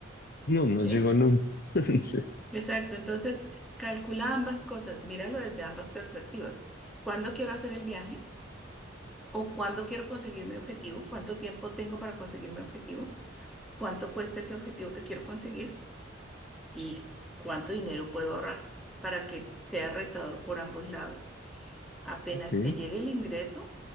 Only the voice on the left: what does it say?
No, no
llegó nunca. <laughs> Sí,
ok.